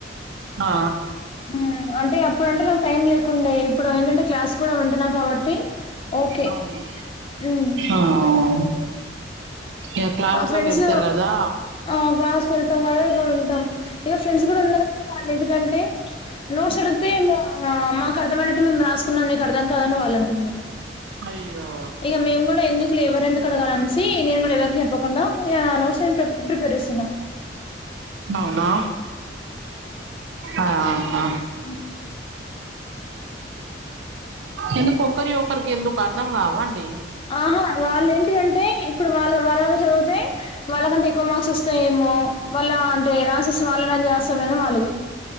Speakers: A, on the right; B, on the left.
A: ఆ
B: హ్మ్ అంటే అప్పుడు అంటే నాకు టైం లేకుండే ఇప్పుడు ఏందంటే క్లాస్ కూడా వింటున్నా కాబట్టి ఓకే
A: అవును
B: మ్మ్
A: ఆహ్మ్ యే క్లాస్
B: మా ఫ్రెండ్స్
A: లోకి వెళ్తారు కదా
B: ఆ క్లాస్కి వెళ్తాం కదా ఇక్కడ ఉంటాం ఇగా ఫ్రెండ్స్ కూడా ఉన్నారు కనీ వాళ్ళ ఇంటికంటే నోట్స్ అడిగితే మాకు అర్థమైనట్టు మేము రాసుకున్నాం నీకు అర్థం కాదని వాళ్ళం టున్నారు
A: అయ్యో
B: ఇక మేము కూడా ఎందుకు లే ఎవరెందుకు అడగాలనేసి నేను పేరు చెప్పకుండా ఇగ నోట్స్అన్ని ప్రిపేర్ చేస్తున్నా
A: అవునా ఆహా
B: హ్మ్
A: ఎందుకు ఒకరియి ఒకరికి ఎందుకు అర్థం కావండి
B: ఆహా వాళ్ళు ఏంటిధంటే ఇప్పుడు వాళ్ళు వాళ్ళయి చదువుతే వాళ్ళకంటే ఎక్కువ మార్క్స్ వస్తాయేమో వాళ్ళ అంటే ఆన్సర్స్ వాళ్ళలాంటి చేస్తమేమో వాళ్ళది